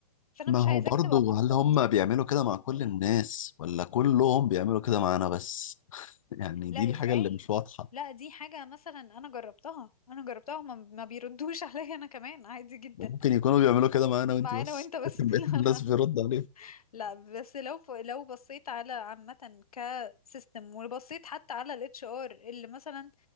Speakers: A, on the left; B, on the left.
A: فانا
B: ما
A: مش
B: هو
A: عايزاك
B: برضه
A: تبقى محبط
B: هل هم بيعملوا كده مع كل
A: <clears throat>
B: الناس ولا كلهم بيعملوا كده معانا بس <laughs> يعني
A: لا
B: دي الحاجة
A: ازاي
B: اللي مش واضحة
A: لا دي حاجة مثلا انا جربتها انا جربتها هما ما بيردوش <laughs> عليا انا كمان عادي جدا
B: ممكن يكونوا بيعملوا كده معانا وانت
A: معانا
B: بس
A: وانت بس
B: لكن بقية
A: <laughs> لا
B: الناس
A: لا
B: بيرد عليهم
A: لا بس لو ف... لو بصيت على عامة كسيستم وبصيت حتى على الاتش ار اللي مثلا